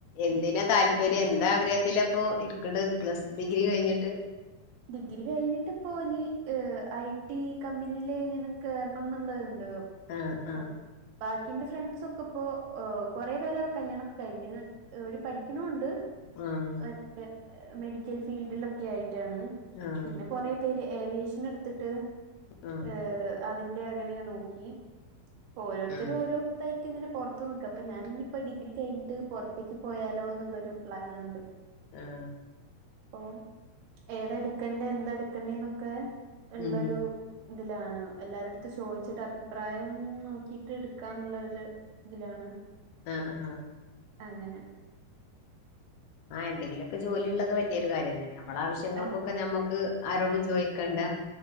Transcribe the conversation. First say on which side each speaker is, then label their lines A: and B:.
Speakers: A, on the left; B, on the right.
A: എന്തിനാ താല്പര്യം എന്താ ആഗ്രഹത്തിലാപ്പൊ ഇക്കണ് പ്ലസ് ഡിഗ്രി കഴിഞ്ഞിട്ട്-
B: ഡിഗ്രി കഴിഞ്ഞിട്ടിപ്പോ ഇനി ഐ ടി കമ്പനിയില് ഇങ്ങനെ- കേറണം എന്നുള്ളത്ണ്ട്-
A: ആഹ് ആഹ്
B: ബാക്കിന്റെ ഫ്രണ്ട്സൊക്കെ ഇപ്പോ കൊറെ പേരെ കല്യാണൊക്കെ കഴിഞ്ഞ് - ഒര് പഠിക്കണുണ്ട്-
A: ആഹ്
B: മറ്റേ മെഡിക്കൽ ഫീൽഡിലൊക്കെ ആയിട്ടാണ്
A: ആഹ്
B: പിന്നെ കൊറ പേര് ഏവിയേഷൻ എടുത്തിട്ട്
A: ആഹ്
B: ഏഹ് - ഏഹ് അതിന്റെ അങ്ങനെ നോക്കി ഓരോരുത്തരും
A: ആഹ്
B: ഓരോ- ഇതായിട്ട്ങ്ങനെ പുറത്ത് നോക്കുക അപ്പൊ ഞാനിനി ഇപ്പോ ഡിഗ്രി കഴിഞ്ഞിട്ട് പുറത്തേക്ക് പോയാലോ എന്നുള്ളൊരു പ്ലാനുണ്ട്
A: ആഹ്
B: അപ്പൊ ഏതെടുക്കണ്ടേ എന്തെടുക്കണ്ടേ എന്നൊക്കെ ഉള്ളൊരു
A: ഉം
B: ഇതിലാണ് എല്ലാരരുടുത്തു ചോദിച്ചിട്ട് അഭിപ്രായം നോക്കിട്ട് എടുക്കാംന്നുള്ളരു- ഇതിലാണ്
A: ആഹ് ആഹ്
B: അങ്ങനെ
A: ആഹ് എന്തെങ്കിലൊക്കെ ജോലി ഉള്ളത് വലിയൊരു കാര്യം തന്നെ നമ്മളുടെ ആവശ്യങ്ങൾക്കൊക്കെ
B: ആഹ്
A: നമ്മുക്ക് ആരോടും ചോയിക്കണ്ട